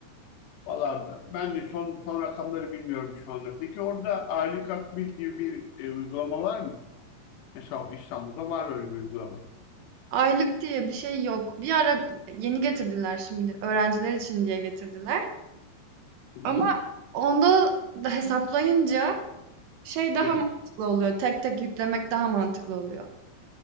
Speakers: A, on the left; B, on the right.
A: Valla ben de son, son rakamları bilmiyorum şu anda. Peki orada aylık akbil gibi bir e, uygulama var mı? Mesela İstanbul'da var öyle bir uygulama.
B: Aylık diye bir şey yok. Bir ara yeni getirdiler şimdi. Öğrenciler için diye getirdiler.
A: Hı
B: Ama
A: hı.
B: onda da hesaplayınca şey daha
A: Evet.
B: mantıklı oluyor. Tek tek yüklemek daha mantıklı oluyor.